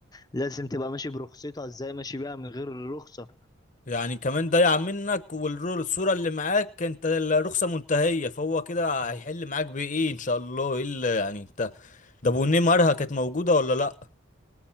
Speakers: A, on the left (about 20°); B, on the left (about 40°).
A: لازم تبقى ماشي برخصتها ازاي ماشي بيها من غير الرخصة
B: يعني كمان ضايع منك والصورة اللي معاك انت الرخصة منتهية فهو كده هيحل معاك بايه ان شاء الله ايه اللي يعني انت ده بونيه مرها كانت موجودة ولا لا